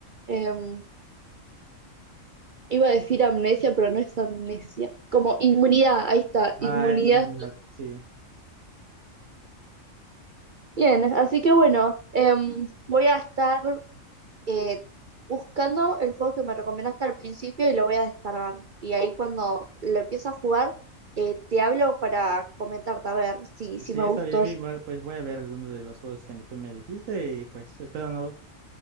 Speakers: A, on the right; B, on the right.
A: Em, iba a decir amnesia, pero no es amnesia, como inmunidad, ahí está,
B: Ah,
A: inmunidad.
B: inmunidad, sí.
A: Bien, así que bueno, em, voy a estar eh, buscando el juego que me recomendaste al principio y lo voy a descargar. Y ahí cuando lo empiece a jugar, eh, te hablo para comentarte a ver si, si
B: Sí,
A: me
B: está
A: gustó.
B: bien, igual pues voy a ver algunos de los juegos que me- tú me dijiste y pues espero no,